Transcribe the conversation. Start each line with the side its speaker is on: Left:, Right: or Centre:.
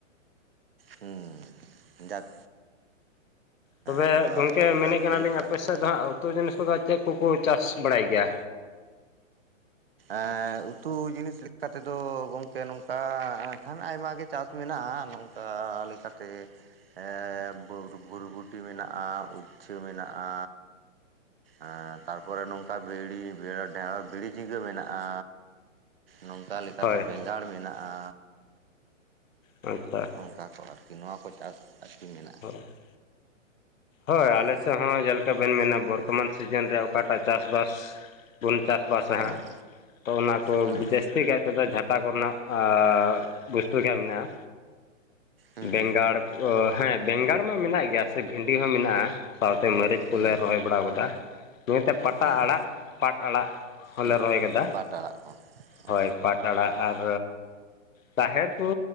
Right: ᱦᱩᱸ ᱡᱟᱠ
Left: ᱛᱚᱵᱮ
Right: ᱱᱚᱣᱟ
Left: ᱜᱚᱝᱠᱮ
Right: ᱴᱩᱠ ᱴᱟᱠ
Left: ᱢᱮᱱᱮᱫ ᱠᱟᱱᱟᱞᱤᱧ
Right: ᱦᱩᱭᱩᱜ ᱠᱟᱱᱛᱮ
Left: ᱟᱯᱮ ᱥᱮᱫ ᱫᱚ ᱦᱟᱸᱜ ᱩᱛᱩ ᱡᱤᱱᱤᱥ ᱠᱚᱫᱚ ᱪᱮᱫ ᱠᱚ ᱠᱚ ᱪᱟᱥ ᱵᱟᱲᱟᱭ ᱜᱮᱭᱟ
Right: ᱮᱻᱻ ᱩᱛᱩ ᱡᱤᱱᱤᱥ ᱞᱮᱠᱟᱛᱮ ᱫᱚ ᱜᱚᱝᱠᱮ ᱱᱚᱝᱠᱟ ᱟᱠᱷᱟᱱ ᱟᱭᱢᱟ ᱜᱮ ᱪᱟᱥ ᱢᱮᱱᱟᱜᱼᱟ ᱱᱚᱝᱠᱟ ᱞᱮᱠᱟᱛᱮ ᱮᱻᱻᱵᱩᱨ ᱵᱨᱵᱩᱴᱤ ᱢᱮᱱᱟᱜᱼᱟ ᱩᱪᱪᱷᱟᱹ ᱢᱮᱱᱟᱜᱼᱟ ᱟᱸᱻᱛᱟᱨᱯᱚᱨᱮ ᱱᱚᱝᱠᱟ ᱵᱷᱤᱲᱤ ᱵᱦᱮᱸᱨᱳ ᱰᱷᱮᱨᱚᱥ ᱵᱷᱤᱲᱤ ᱡᱤᱝ ᱜᱟ. ᱢᱮᱱᱟᱜᱼᱟ ᱱᱚᱝᱠᱟ ᱞᱮᱠᱟᱛᱮ
Left: ᱦᱳᱭ
Right: ᱵᱮᱸᱜᱟᱲ ᱢᱮᱱᱟᱜᱼᱟ
Left: ᱚᱪᱪᱷᱟ
Right: ᱚᱝᱠᱟ ᱠᱚ ᱟᱨᱠᱤ ᱱᱚᱣᱟ ᱠᱚ ᱪᱟᱥ ᱟᱨᱠᱤ ᱢᱮᱱᱟᱜᱼᱟ
Left: <unintelligible> ᱦᱳᱭ
Right: ᱦᱮᱸ
Left: ᱟᱞᱮᱥᱮᱫ ᱦᱚᱸ ᱡᱮᱞᱮᱠᱟ ᱵᱮᱱ ᱢᱮᱱᱟ ᱵᱚᱨᱛᱚᱢᱟᱱ ᱥᱤᱡᱤᱱ ᱨᱮ ᱚᱠᱟᱴᱟᱜ ᱪᱟᱥᱵᱟᱥ ᱵᱩᱱ ᱪᱟᱥᱵᱟᱥᱟ
Right: ᱦᱮᱸ
Left: ᱦᱟᱸᱜ ᱛᱚ ᱚᱱᱟᱠᱚ
Right: ᱦᱮᱸ
Left: ᱡᱟᱹᱥᱛᱤ ᱠᱟᱭ ᱛᱮᱫᱚ ᱡᱷᱟᱴᱟ ᱠᱚ ᱨᱮᱱᱟᱜ ᱟᱻᱻᱜ ᱵᱚᱥᱛᱩ ᱠᱷᱮ ᱢᱮᱱᱟᱜᱼᱟ
Right: ᱦᱮᱸ
Left: ᱵᱮᱸᱜᱟᱲ ᱠᱚ ᱦᱮᱸ ᱵᱮᱸᱜᱟᱲ ᱢᱟ ᱢᱮᱱᱟᱜ ᱜᱮᱭᱟ ᱥᱮ ᱵᱷᱤ ᱰᱤ ᱦᱚᱸ ᱢᱮᱱᱟᱜᱼᱟ ᱥᱟᱶᱛᱮ ᱢᱟᱹᱨᱤᱪ
Right: ᱦᱮᱸ
Left: ᱠᱚᱞᱮ ᱨᱚᱦᱚᱭ ᱵᱟᱲᱟᱣ ᱠᱟᱣᱫᱟ ᱛᱚ ᱮᱱᱛᱮ ᱯᱟᱴᱟ
Right: ᱦᱮᱸ
Left: ᱟᱲᱟᱜ ᱯᱟᱴ ᱟᱲᱟᱜ ᱦᱚᱞᱮ
Right: ᱦᱮᱸ
Left: ᱨᱚᱦᱚᱭ ᱠᱟᱫᱟ
Right: ᱯᱟᱴ ᱟᱲᱟᱜ ᱠᱚ
Left: ᱦᱚᱭ
Right: ᱚ
Left: ᱯᱟᱴ ᱟᱲᱟᱜ ᱟᱨ ᱛᱟᱦᱮᱨ ᱠᱩ